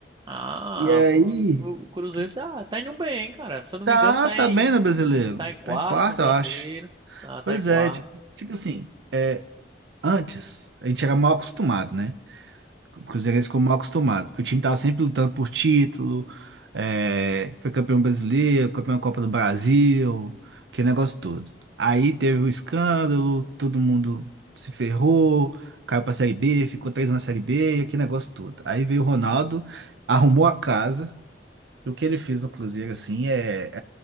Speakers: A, on the right; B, on the right.
A: Ah,
B: E aí,
A: o, Cru- o Cruzeiro
B: que-
A: tá, tá indo bem, hein, cara. Se eu não
B: tá,
A: me engano, tá
B: tá
A: em
B: bem no brasileiro,
A: tá em quarto
B: tá em quarto,
A: no Brasileiro.
B: eu acho.
A: Ah,
B: Pois
A: tá em quarto.
B: é, ti- tipo assim, é, antes a gente era mal acostumado, né? O Cruzeirense ficou mal acostumado, porque o time tava sempre lutando por título, é, foi campeão brasileiro, campeão da Copa do Brasil, aquele negócio todo. Aí teve o escândalo, todo mundo se ferrou, caiu pra Série B, ficou três na Série B, e aquele negócio todo. Aí veio o Ronaldo, arrumou a casa, o que ele fez no Cruzeiro, assim, é, é-